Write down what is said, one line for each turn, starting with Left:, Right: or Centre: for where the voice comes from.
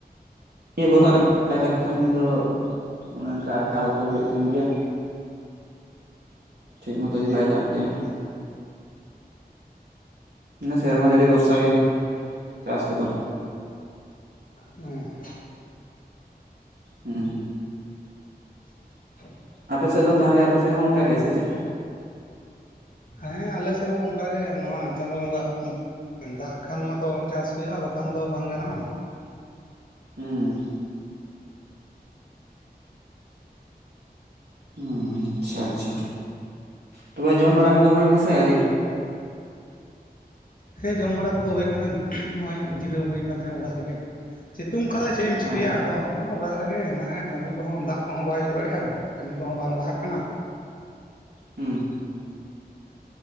Right: ᱱᱤᱭᱟᱹ ᱵᱚᱨᱟ ᱠᱟᱭᱫᱟ
Left: ᱦᱩᱸ
Right: ᱠᱷᱟᱱ ᱫᱚ ᱚᱱᱮ ᱚᱱᱠᱟ ᱟᱠᱟᱞ
Left: ᱦᱩᱸ
Right: ᱠᱚ ᱦᱩᱭᱩᱜ ᱛᱟᱦᱮᱱ ᱜᱮᱭᱟ ᱴᱷᱤᱠ ᱢᱚᱛᱚ ᱡᱫᱤ ᱟ ᱫᱟᱜ ᱠᱮᱼᱟ
Left: ᱦᱩᱸ
Right: ᱱᱮ ᱥᱮᱨᱢᱟ ᱡᱟᱹᱲᱤ ᱵᱷᱚᱨᱥᱟ ᱜᱮ ᱪᱟᱥ ᱠᱚᱫᱚ
Left: ᱦᱩᱸ
Right: ᱦᱮᱸ
Left: <unintelligible>
Right: ᱟᱯᱮ ᱥᱮᱫ ᱫᱚ ᱛᱟᱦᱞᱮ ᱟᱯᱮ ᱥᱮᱫ ᱦᱚᱸ ᱚᱱᱠᱟ ᱜᱮ ᱥᱮ ᱪᱮᱫ
Left: ᱦᱮᱸ ᱟᱞᱮ ᱥᱮᱫ ᱦᱚᱸ ᱚᱱᱠᱟᱜᱮ ᱱᱚᱣᱟ ᱪᱟᱸᱫᱳ ᱵᱚᱸᱜᱟ ᱫᱟᱜ ᱠᱷᱟᱱ ᱢᱟᱛᱚ ᱪᱟᱥ ᱦᱩᱭᱩᱜᱼᱟ ᱵᱟᱠᱷᱟᱱ ᱫᱚ ᱵᱟᱝ ᱜᱟᱱᱚᱜᱼᱟ
Right: ᱦᱮᱸ ᱦᱩᱸ ᱟᱪᱪᱷᱟ ᱟᱪᱪᱷᱟ ᱛᱚᱵᱮ ᱡᱚᱢ ᱵᱟᱲᱟ ᱠᱚᱫᱚ ᱦᱩᱭ ᱱᱟ ᱥᱮ ᱟᱹᱳᱨᱤ
Left: ᱦᱮᱸ ᱡᱚᱢ ᱵᱟᱲᱟ ᱠᱚᱫᱚ ᱦᱩᱭ ᱠᱟᱱᱟ ᱱᱚᱜᱼᱚᱭ ᱡᱤᱨᱟᱹᱣ ᱦᱩᱭ ᱟᱠᱱ ᱛᱟᱦᱮᱸᱦᱱᱟ ᱚᱲᱟᱜ ᱨᱮᱜᱮ ᱪᱮᱫ ᱥᱤᱝ ᱟᱫ ᱪᱮᱫ ᱮᱢ
Right: ᱦᱮᱸ
Left: ᱪᱤᱠᱟᱹᱭᱟ ᱟᱫᱚ ᱚᱲᱟᱜ ᱫᱟᱜ ᱨᱮᱜᱮ ᱦᱮᱱᱟᱜᱼᱟ ᱠᱟᱹᱢᱤ ᱠᱚᱦᱚᱸ ᱫᱟᱜ ᱠᱚᱦᱚᱸ ᱵᱟᱭ ᱡᱚᱨᱚᱭᱮᱫᱼᱟ ᱠᱟᱹᱢᱤ ᱠᱚᱦᱚᱸ ᱵᱟᱝ ᱞᱟᱦᱟᱜ ᱠᱟᱱᱟ
Right: ᱦᱩᱸ